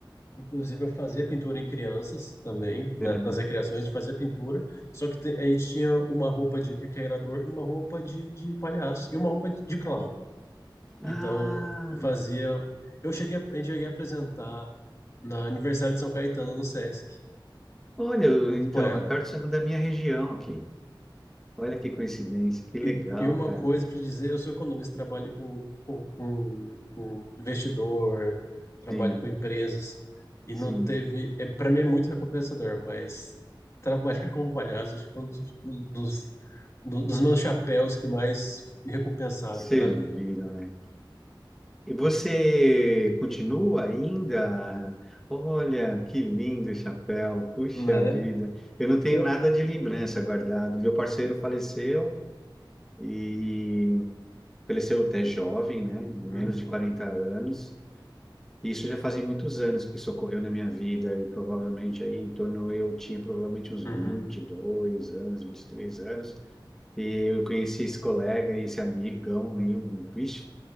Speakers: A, on the left; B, in the centre.
A: Inclusive, eu fazia pintura em crianças também, né?
B: Uhum.
A: Nas recreações a gente fazia pintura, só que te- a gente tinha uma roupa de requeirador e uma roupa de, de palhaço e uma roupa de de clown. Então,
B: Ah,
A: eu fazia. Eu cheguei a, a gente cheguei a apresentar na aniversário de São Caetano no Sesc,
B: olha,
A: junto
B: então,
A: com ela.
B: é perto da minha região aqui. Olha que coincidência, que legal,
A: E, e uma
B: cara.
A: coisa para dizer, eu sou economista, trabalho com, com, com- com investidor, trabalho
B: Sim,
A: com empresas, e não
B: sim.
A: teve. É, para mim é muito recompensador, mas <laughs> trabalhar como palhaço acho que foi um dos, dos, do- dos meus chapéus que mais me recompensaram
B: Serviram,
A: na vida.
B: né? E você continua ainda? Olha, que lindo o chapéu, puxa
A: né?
B: vida. Eu não tenho
A: Eu,
B: nada de lembrança guardado. Meu parceiro faleceu e faleceu até jovem, né? Menos
A: Hum?
B: de 40 anos. Isso já fazem muitos anos que isso ocorreu na minha vida e provavelmente aí em torno eu tinha provavelmente uns
A: Uhum.
B: vinte, e dois anos, 23 anos. E eu conheci esse colega e esse amigão e um, vixe,